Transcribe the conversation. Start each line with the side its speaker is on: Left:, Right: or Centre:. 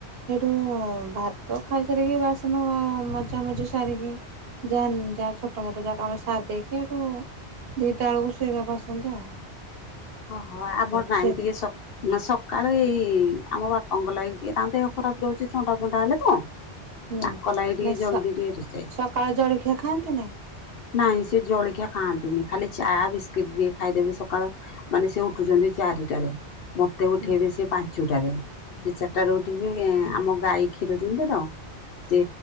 Right: ସେଇଠୁ ଭାତ ଖାଇସାରିକି ବାସନ ମଜା ମଜି ସାରିକି ଯାଏ ଯାହା ଛୋଟ ମୋଟ ଯାକ ଆମ ସାରି ଦେଇକି ଏଠୁ ଦିଟା ବେଳକୁ ଶୋଇବାକୁ ଆସନ୍ତି ଆଉ
Left: ଓହୋ ଆମର
Right: ସେଠି
Left: ନାଇଁ
Right: ଶୋଇବେ।
Left: ଟିକେ ସ ନା ସକାଳୁ ଏଇ ଆମ ବାପାଙ୍କ ଲାଗି ଟିକେ ତାନ୍ତେ ଖରାପ ଦଉଚି ଥଣ୍ଡା ଫଣ୍ଡା ହେଲେ ତ।
Right: ହୁଁ
Left: ତାଙ୍କ ଲାଗି ଟିକେ
Right: ନା
Left: ଜଲଦି
Right: ସ
Left: ଟିକେ ରୋଷେଇ
Right: ସକାଳ ଜଳଖିଆ ଖାଆନ୍ତି ନାଇଁ?
Left: ନାଇଁ ସେ ଜଳଖିଆ ଖାଆନ୍ତି ନି ଖାଲି ଚା ବିସ୍କୁିଟ ଟିକେ ଖାଇଦେବେ ସକାଳ ମାନେ ସେ ଉଠୁଛନ୍ତି ଚାରିଟାରେ ମତେ ଉଠେଇବେ
Right: ହୁଁ ହୁଁ
Left: ସେ ପାଞ୍ଚୁଟାରେ। ସେ ଚାରିଟା ରୁ ଉଠି କି ଆମ ଗାଈ କ୍ଷୀର ଦୁଇଁବେ ତ ସେ